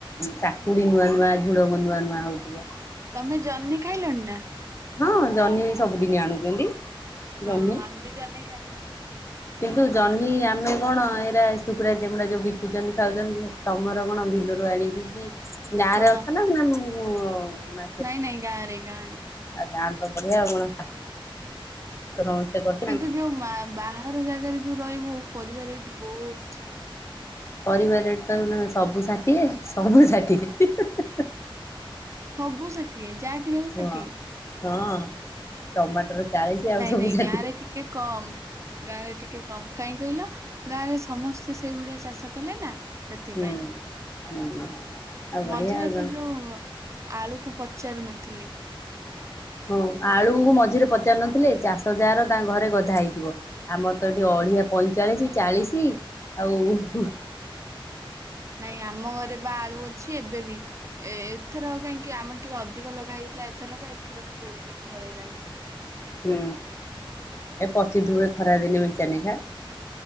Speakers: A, on the left; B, on the right.
A: କାକୁଡି ନୂଆ ନୂଆ ଝୁଢୁଙ୍ଗ ନୂଆ ନୂଆ ହଉଥିବ।
B: ତମେ ଜହ୍ନି ଖାଇଲଣି ନା।
A: ହଁ ଜହ୍ନି ସବୁଦିନ ଆଣୁଛନ୍ତି। ଜହ୍ନି
B: ହଁ ଆମେ ବି ଜହ୍ନି ଖାଇଲୁଣି।
A: କିନ୍ତୁ ଜହ୍ନି ଆମେ କଣ ଏଇରା ଶୁଖଡ଼ା ଯେମୁଡ଼ା ଯୋଉ ବିକୁଛନ୍ତି ଖାଉଛନ୍ତି। ତମର କଣ ବିଲରୁ ଆଣିକି କି ଗାଁରେ
B: ହଁ।
A: ଅଛ ନା ନା ମର
B: ନାଇଁ ନାଇଁ ଗାଁରେ ଗାଁରେ।
A: ଆଉ ଗାଁରେ ତ ବଢିଆ ଆଉ କଣ। ସମସ୍ତେ କହୁ। ଲ
B: କିନ୍ତୁ ଯୋଉ ବାହାର ଜାଗାରେ ଯୋଉ ରହିବୁ ପରିବା ରେଟ ବହୁତ।
A: ପରିବା ରେଟ ତ ସବୁ ଷାଠିଏ ସବୁ ଷାଠିଏ। <inaudible>
B: ସବୁ ଷାଠିଏ ଯାହା କିିଣିବୁ
A: ହଁ
B: ଷାଠିଏ।
A: ହଁ ଟମାଟର। ଚାଳିଶି ଆଉ
B: ନାଇଁ
A: ସବୁ
B: ନାଇଁ
A: ଷାଠିଏ
B: ଗାଁ ରେ ଟିକେ କମ୍। ଗାଁରେ ଟିକେ କମ କାହିଁ କହିଲ ଗାଁ ରେ ସମସ୍ତେ ସେଇ ଭଳିଆ ଚାଷ କଲେ ନା। ସେଥିପାଇଁ
A: ହୁଁ ହୁଁ। ଆଉ ବଢିଆ
B: ମଝିରେ
A: ଆଉ କଣ।
B: ତ ଯୋଉ ଆଳୁକୁ ପଚାରୁ ନଥିଲେ।
A: ହଁ ଆଳୁକୁ ମଝିରେ ପଚାରି ନଥିଲେ ଚାଷ ଯାହାର ତାଙ୍କ ଘରେ ଗଧା ହେଇଥିବ। ଆମର ତ ଏଠି ଅଡିିଆ ପଇଁଚାଳିଶ ଚାଳିଶ ଆଉ ହୁଁ-ହୁଁ।
B: ନାଇଁ ଆମ ଘରେ ବା ଆଳୁ ଅଛି ଏବେ ବିି ଏ ଏଥର କାହିଁକି। କି ଆମର ଟିକେ ଅଧିକ ଲଗା ହେଇଥିଲା ଏଥରକ ଏଥରକ ବହୁତ ଦିନ ପଳେଇଲାଣିି।
A: ହୁଁ ଏ ପଚୁ ଥିବ ଖରା ଦିନେ ମିଞ୍ଚାନେଖା।